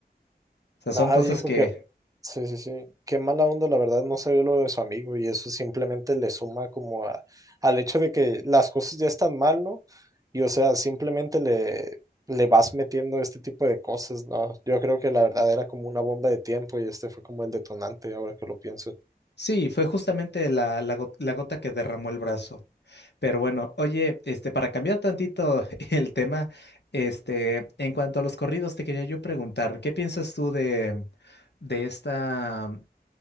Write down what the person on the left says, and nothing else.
O sea,
son cosas
que...
Sí, fue justamente la, la go- la gota que derramó el brazo. Pero bueno, oye, este, para cambiar tantito <laughs> el tema, este, en cuanto a los corridos, te quería yo preguntar, ¿qué piensas tú de, de esta,